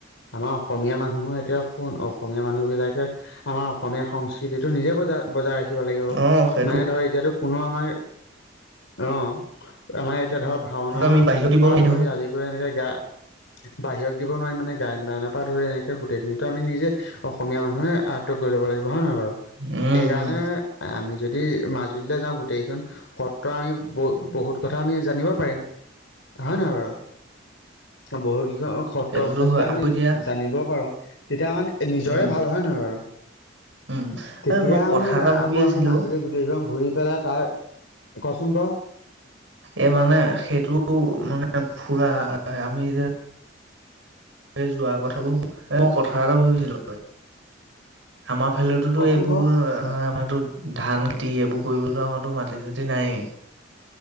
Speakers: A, on the left (about 80°); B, on the right (about 75°).
A: আমাৰ অসমীয়া মানুহৰ এতিয়া শুন- অসমীয়া মানুহবিলাকে আমাৰ অসমীয়া সংস্কৃতিটো নিজে বজাই- বজাই ৰাখিব লাগিব,
B: অ', সেইটো
A: মানে ধৰ এতিয়াতো কোনো আমাৰ- অ, আমাৰ এতিয়া ধৰ ভাওনা
B: আমি বাহিৰত দিব
A: বা
B: নোৱাৰি
A: ধৰি
B: নহয়।
A: আদি- এনেকে গা, বাহিৰক দিব নোৱাৰিম মানে গায়ন বায়ননৰ পৰা ধৰি এনেকে গোটেই খিনিতো আমি নিজে- অসমীয়া মানুহে আয়ত্ব কৰি ল'ব লাগিব হয় নে নহয় বাৰু?
B: উম।
A: সেইকাৰণে
B: উম,
A: আমি যদি মাজুলীলৈ যাওঁ গোটেইকেইখন- সত্ৰ আমি বহু বহুত কথা আমি জানিব পাৰিম, হয়ে নহয় বাৰু? বহুত কেইখন সত্ৰৰ
B: সেইটোতো
A: কথা
B: হয়
A: যদি আমি
B: আকৌ এতিয়া
A: জানিব পাৰো তেতিয়া মানে - নিজৰে
B: উম,
A: ভাল হয় নহয় বাৰু?
B: উম,
A: তেতিয়া
B: এ মই কথা
A: মানে
B: এটা ভাবি
A: আকৌ
B: আছিলোঁ
A: আমি মাজুলী- গোটেইকেইখন ঘূৰি পেলাই তাৰ, কচোন ক?
B: এই মানে সেইটো মানে ফুৰা আমি যে- এই যোৱা কথাবোৰ হব, মই কথা এটা ভাবিছিলো। আমাৰ ফালতোতো
A: কচোন
B: এইবোৰ
A: ক
B: আমাৰ টো- ধান খতি এইবোৰ কৰিবতো আমাৰো মাটি চাতি নাই।